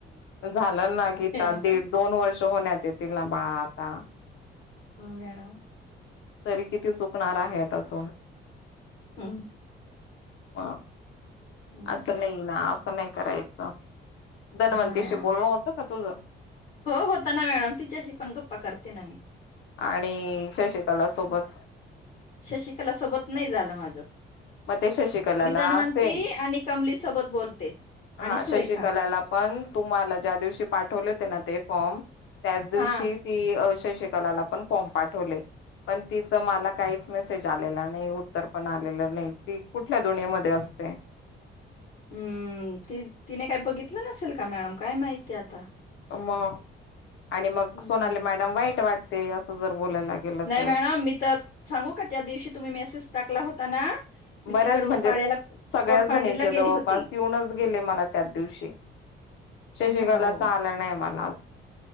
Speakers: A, on the left; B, on the left.
A: झालं ना गीता
B: मॅडम
A: दीड दोन वर्ष होण्यात येतील ना बाळ आता.
B: हो मॅडम.
A: तरी किती चुकणार आहेत अजून?
B: हम्म!
A: ह
B: हम्म.
A: असं नाही ना असं नाही करायचं. धनवंतीशी
B: हो मॅडम.
A: बोलणं होतं का तुझं?
B: हो होता ना मॅडम तिच्याशी पण गप्पा करते ना मी.
A: आणि शशिकला सोबत?
B: शशिकाला सोबत नाही झालं माझं.
A: मग ते शशिकलाला
B: मी धनवंती
A: सेम
B: आणि कमली सोबत बोलते.
A: हा
B: आणि सुरेखा
A: शशिकलाला पण तुम्हाला ज्या दिवशी पाठवले होते ना ते फॉर्म त्याच दिवशी
B: हा
A: ती, शशिकला ला पण फॉर्म पाठवले. पण तिचं मला काहीच मेसेज आलेला नाही उत्तर पण आलेलं नाही. ती कुठल्या दुनियामध्ये असते?
B: हम्म ती तिने काय बघितलं नसेल का मॅडम काय माहिती आता.
A: मग आणि मग
B: हम्म.
A: सोनाली मॅडम वाईट वाटते असं जर बोलायला गेलं
B: नाही
A: तर
B: मॅडम मी तर सांगू का त्या दिवशी तुम्ही मेसेज टाकला होता ना? मी
A: बऱ्याच
B: तिकडच्या
A: म्हणजे
B: पाड्याला
A: सगळ्या
B: कोडपांढरीला
A: जणीच्या जवळपास
B: गेली होती.
A: येऊनच गेले मला त्याच दिवशी. शशिकलाचा
B: हो.
A: आला नाही मला.